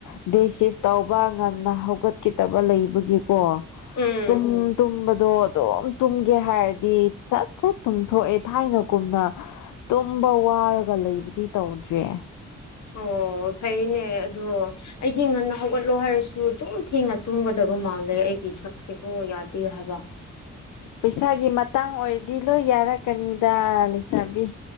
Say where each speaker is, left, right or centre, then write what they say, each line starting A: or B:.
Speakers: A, on the left; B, on the left.
A: ꯗꯦ ꯁꯤꯐ ꯇꯧꯕ ꯉꯟꯅ ꯍꯧꯒꯠꯀꯗꯕ ꯂꯩꯕꯒꯤꯀꯣ ꯀꯥ__
B: ꯎꯝ
A: ꯇꯨꯝ ꯇꯨꯝꯕꯗꯣ ꯑꯗꯨꯝ ꯇꯨꯝꯒꯦ ꯍꯥꯏꯔꯗꯤ ꯁꯠ ꯁꯠ ꯇꯨꯝꯊꯣꯛꯑꯦ ꯊꯥꯏꯅ ꯀꯨꯝꯅ__ <unintelligible> ꯇꯨꯝꯕ ꯋꯥꯔꯒ ꯂꯩꯕꯗꯤ ꯇꯧꯗ꯭ꯔꯦ
B: ꯑꯣ ꯐꯩꯌꯦꯅꯦ ꯑꯗꯣ ꯑꯩꯗꯤ ꯉꯟꯅ ꯍꯧꯒꯠꯂꯣ ꯍꯥꯏꯔꯁꯨ ꯑꯗꯨꯝ ꯊꯦꯡꯅ ꯇꯨꯝꯒꯗꯕ ꯃꯥꯜꯂꯦ ꯑꯩꯒꯤ ꯁꯛꯁꯦꯀꯣ ꯌꯥꯗꯦ ꯍꯥꯏꯕ
A: ꯄꯩꯁꯥꯒꯤ ꯃꯇꯥꯡ ꯑꯣꯏꯔꯗꯤ ꯂꯣꯏ ꯌꯥꯔꯛꯀꯅꯤꯗ ꯂꯩꯁꯥꯕꯤ